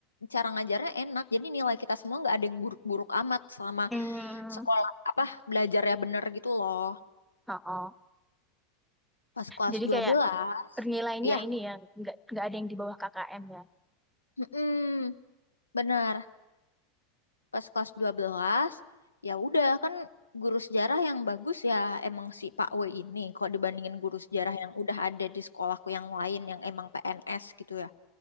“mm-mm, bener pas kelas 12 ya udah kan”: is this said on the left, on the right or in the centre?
Left